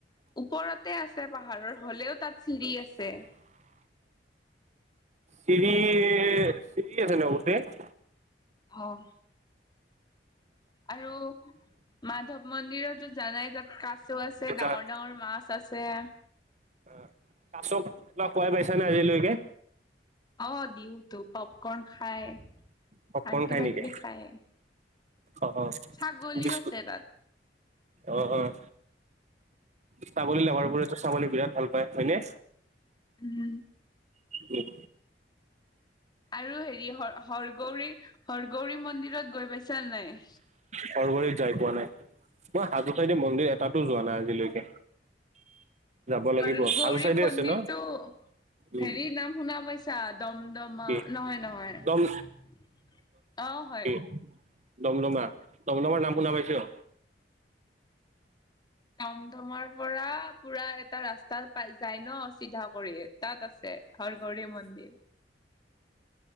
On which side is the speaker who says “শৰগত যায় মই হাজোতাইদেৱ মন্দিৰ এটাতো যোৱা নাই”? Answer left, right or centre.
Right